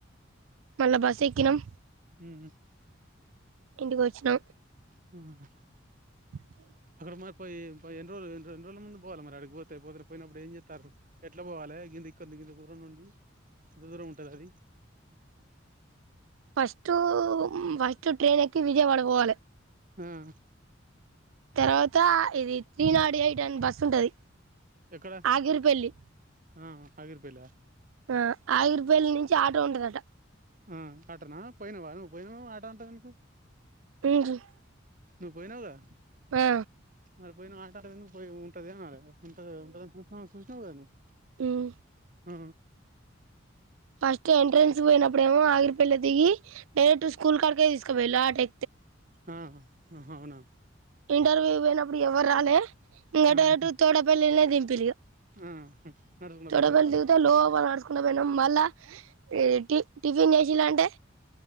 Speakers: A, on the right; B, on the right.
A: మళ్ళా బస్సు ఎక్కినం
B: ఉం ఉం
A: ఇంటికి వచ్చినం
B: హమ్
A: హ్
B: అక్కడ మరి పోయి పోయి ఎన్ని రోజులు రోజుల ముందు పోవాలి పోతే మరి అడిగిపోతే పో పోయినప్పుడు ఏం చేస్తారు ఎట్లా పోవాలి ఇంది కింత దూరం నుండి ఎంత దూరం ఉంటది అది
A: ఫస్ట్ ఫస్ట్ ట్రైన్ ఎక్కి విజయవాడ పోవాలి
B: ఉం
A: తర్వాత ఇది త్రీ నాట్ ఎయిట్ అని బస్ ఉంటది
B: ఎక్కడ
A: ఆగిరిపల్లి
B: ఆ ఆగిరిపల్లి ఆ
A: ఆ ఆగిరిపల్లి నుంచి ఆటో ఉంటదట
B: ఆ ఆటనా పోయినావా నువ్వు పోయినావు ఆట అంటావు ఎందుకు
A: ఉంజ్జ్ <unintelligible>
B: నువ్వు పోయినావగా
A: ఆ
B: మరి పోయిన ఆట ఆడ పోయి ఉంటదిన <unintelligible> ఉంట ఉంట సూ సూచనవుదా నువ్వు
A: ఉం
B: ఆ
A: ఫస్ట్ ఎంట్రెన్స్ పోయినప్పుడేమో ఆగిరిపల్లి దిగి డైరెట్ స్కూల్ కాడకే తీసుకపోళ్ళి అటే
B: ఆ హ అవునా
A: ఇంటర్వ్యూ పోయినప్పుడు ఎవరు రాలే ఇంకా
B: ఆహా
A: డైరెక్ట తోడపల్లినే దింపిల్లిగా
B: ఆ నడుచుకుంట
A: తోటపల్లి
B: పోయిర్రా
A: దిగుతే లోపలికి నడుచు పోయినాం మళ్ళా టి టిఫిన్ చేసిలా అంటే